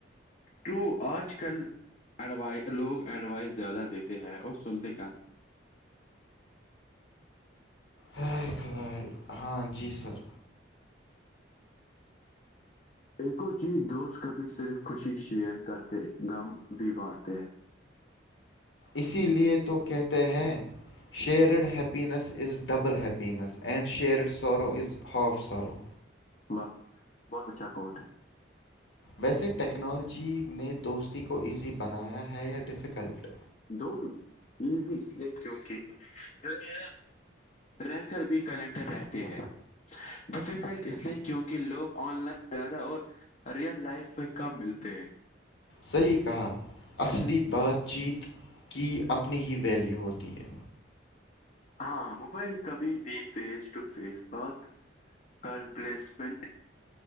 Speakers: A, on the left (about 40°); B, on the left (about 75°).
A: تو آج کل ایڈوائ لوگ ایڈوائس زیادہ دیتے ہے اور سنتے کم
B: ہائے خدائے ہاں جی سر
A: ایک اور چیز دوست کبھی صرف خوشی شیئر کرتے غم بھی بانٹتے ہے
B: اسی لیے تو کہتے ہیں shared happiness is double happiness and shared sorrow is half سارو
A: واہ بہت اچھا کوٹ ہے
B: ویسے ٹیکنالوجی نے دوستی کو ایزی بنایا ہے یا ڈفیکلٹ
A: دونوں ایزی اس لیے کیونکہ دنیا رہ کر بھی کلکٹر رہتے ہیں ڈیفیکلٹ اس لیے کیونکہ لوگ آن لائن زیادہ اور ریئل لائف میں کم ملتے ہیں
B: صحیح کہا اصلی بات چیت کی اپنی ہی ویلیو ہوتی ہے
A: ہاں موبائل کبھی بھی فیس ٹو فیس بات کا ریپلیسمنٹ